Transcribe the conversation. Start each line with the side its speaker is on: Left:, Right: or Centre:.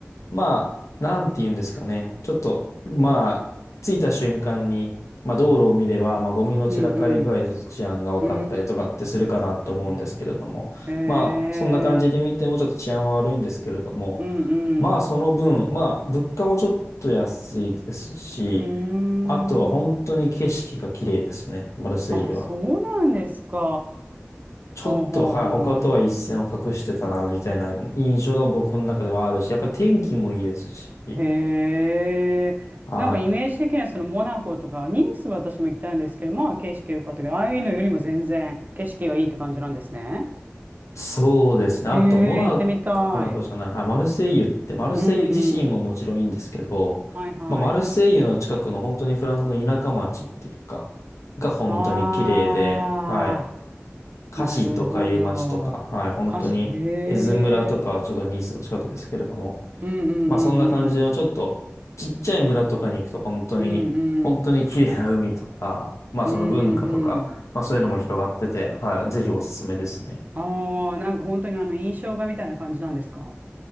Left: まあ、なんて言うんですかね。ちょっと、まあ、着いた瞬間に、まあ、道路を見れば、まあ、ゴミの散らかり具合でちょっと治安が分かったりとかってするかなと思うんですけれども、
Right: うん、うーん、へえ、
Left: まあ、そんな感じで見てもちょっと治安は悪いんですけれども、
Right: うんう
Left: まあその分、
Right: ん、
Left: まあ物価もちょっと安いですし、
Right: うーん、
Left: あとは本当に景色が綺麗ですね、マルセイユは。
Right: あ、そうなんですか。
Left: ちょっと、
Right: ほんほんほん。
Left: はい、他とは一線を画してたな、みたいな印象が僕の中ではあるし、やっぱり天気もいいですし、
Right: へえ、
Left: はい。
Right: なんかイメージ的にはそのモナコとか、ニースは私も行ったんですけど、まあ景色良かったけど、ああいうのよりも全然景色がいいって感じなんですね。
Left: そうですね。
Right: へえ、
Left: あと、モナコ、
Right: 行ってみたい。
Left: モナコじゃない、はい、マルセイユって、マルセイユ自身ももちろんいいんですけど、
Right: うんうん。はいはい。
Left: まあ、マルセイユの近くの本当にフランスの田舎町っていうか、が本当に綺麗で、
Right: ああ。
Left: はい。カシとかいう町とか、
Right: なるほど。
Left: はい、本当に、
Right: 歌詞、へえ。
Left: エズ村とかはちょっとニースの近くですけれども、
Right: うんうんうんうん。
Left: まあそんな感じのちょっとちっちゃい村とかに行くと本当に、
Right: うんうん。
Left: 本当に綺麗な海とか、まあその文化とか、
Right: うんうんうん。
Left: まあそういうのも広がってて、はい、ぜひおすすめですね。
Right: ああ、なんか本当にあの印象画みたいな感じなんですか